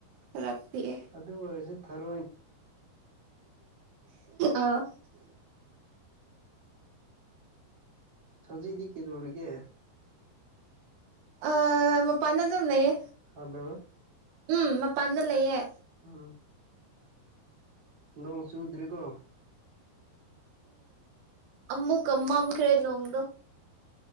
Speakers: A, on the right; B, on the right.
A: ꯈꯔ ꯄꯤꯛꯑꯦ
B: ꯑꯗꯨ ꯑꯣꯏꯔꯁꯨ ꯊꯔꯣꯏ
A: ꯑꯥꯎ꯫
B: ꯍꯧꯖꯤꯛꯗꯤ ꯀꯩꯗꯧꯔꯤꯒꯦ
A: ꯑꯥ ꯃꯄꯥꯟꯅꯗ ꯑꯗꯨꯝ ꯂꯩꯌꯦ꯫
B: ꯍꯜꯂꯣ
A: ꯎꯝ ꯃꯄꯥꯟꯗ ꯂꯩꯌꯦ
B: ꯎꯝ ꯅꯣꯡ ꯆꯨꯗ꯭ꯔꯦꯀꯣ
A: ꯑꯃꯨꯛ ꯃꯝꯈ꯭ꯔꯦ ꯅꯣꯡꯗꯣ